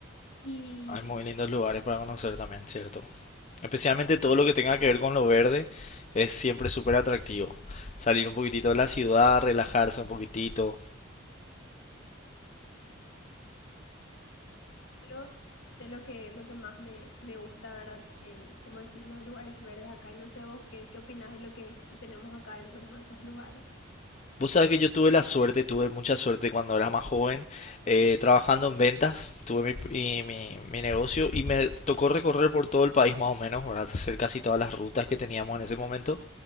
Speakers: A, on the left (about 65°); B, on the left (about 35°).
A: Y
B: Hay muy lindos lugares para conocer también, ¿cierto? Especialmente todo lo que tenga que ver con lo verde es siempre súper atractivo. Salir un poquitito de la ciudad, relajarse un poquitito.
A: Lo, de lo que, lo que más me, me gusta, ¿verdad? En, como decís, los lugares verdes acá. Y no sé vos qué, qué opinás de lo que, que tenemos acá dentro, como de esos lugares.
B: Vos sabés que yo tuve la suerte, tuve mucha suerte cuando era más joven, eh, trabajando en ventas, tuve mi, mi- mi- mi negocio y me tocó recorrer por todo el país más o menos, ¿verdad? Hacer casi todas las rutas que teníamos en ese momento.